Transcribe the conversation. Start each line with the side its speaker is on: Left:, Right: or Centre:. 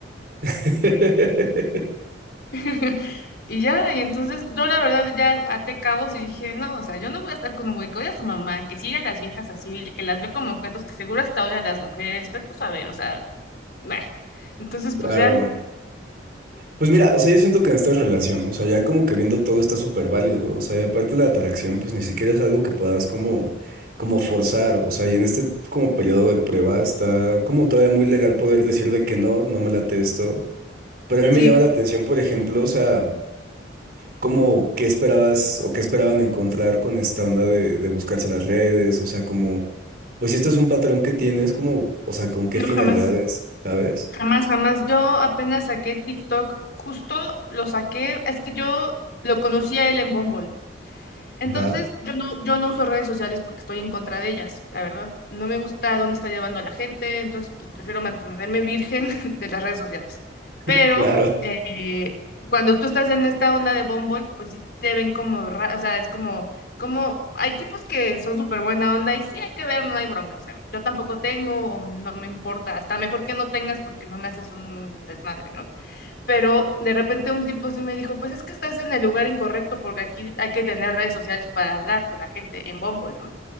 Right: <laughs>
Left: <laughs> Y ya, y entonces yo la verdad ya até cabos y dije, no, o sea, yo no voy a estar con un güey que odia a su mamá, que sigue a las viejas así, que las ve como objetos, que seguro hasta odia a las mujeres, pero tú sabes, o sea, nah. Entonces,
Right: Claro.
Left: pues ya.
Right: Pues mira, o sea, yo siento que en esta relación, o sea, ya como que viendo todo está súper válido, o sea, y aparte la atracción, pues ni siquiera es algo que puedas como, como forzar, o sea, y en este como periodo de prueba está como todavía muy legal poder decir de que no, no me late esto, pero a mí
Left: Sí,
Right: me llama la atención, por ejemplo, o sea... ¿Cómo, qué esperabas o qué esperaban encontrar con esta onda de, de buscarse las redes? O sea, como, pues si esto es un patrón que tienes, como, o sea, ¿con qué
Left: no,
Right: finalidades?
Left: jamás,
Right: ¿Sabes?
Left: jamás, jamás. Yo apenas saqué TikTok, justo lo saqué, es que yo lo conocí a él en Bumble. Entonces,
Right: Ajá,
Left: yo no, yo no uso redes sociales porque estoy en contra de ellas, la verdad. No me gusta dónde está llevando a la gente, entonces pues prefiero mantenerme virgen <laughs> de las redes sociales. Pero
Right: <laughs> claro,
Left: eh, cuando tú estás en esta onda de Bumble, pues sí te ven como, ra- o sea, es como, como, hay tipos que son súper buena onda y sí hay que ver, no hay bronca, o sea, yo tampoco tengo, o no me importa, hasta mejor que no tengas porque no me haces un desmadre, ¿no? pero de repente un tipo sí me dijo, pues es que estás en el lugar incorrecto porque aquí hay que tener redes sociales para hablar con la gente en Bumble, ¿no?